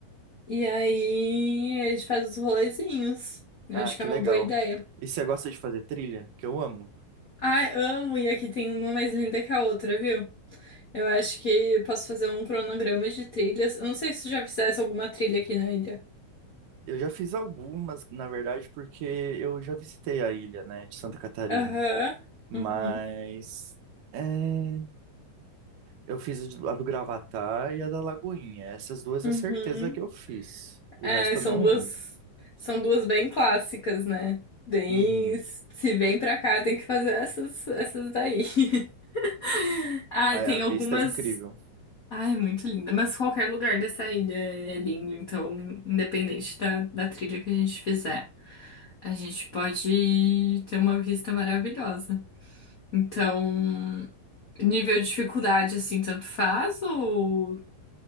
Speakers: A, on the left; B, on the right.
A: E aí a gente faz os rolezinhos. Eu
B: Ah,
A: acho
B: que
A: que é uma
B: legal.
A: boa ideia.
B: E você gosta de fazer trilha? Que eu amo.
A: Ai, amo, e aqui tem uma mais linda que a outra, viu? Eu acho que eu posso fazer um cronograma de trilhas. Eu não sei se tu já fizesse alguma trilha aqui na ilha.
B: Eu já fiz algumas, na verdade, porque eu já visitei a ilha, né, de Santa Catarina.
A: Aham.
B: Mas
A: Uhum.
B: é, eu fiz a de- a do Gravatá e a da Lagoinha. Essas duas
A: Uhum.
B: é certeza que eu fiz. O
A: É,
B: resto
A: são
B: eu não
A: duas,
B: lembro.
A: são duas bem clássicas, né? Bem,
B: Uhum.
A: se vem pra cá, tem que fazer essas, essas daí. <laughs> Ai,
B: Ai,
A: tem
B: a vista
A: algumas.
B: é incrível.
A: Ai, muito linda. Mas qualquer lugar dessa ilha é lindo, então, independente da, da trilha que a gente fizer, a gente pode ter uma vista maravilhosa. Então, nível de dificuldade, assim, tanto faz ou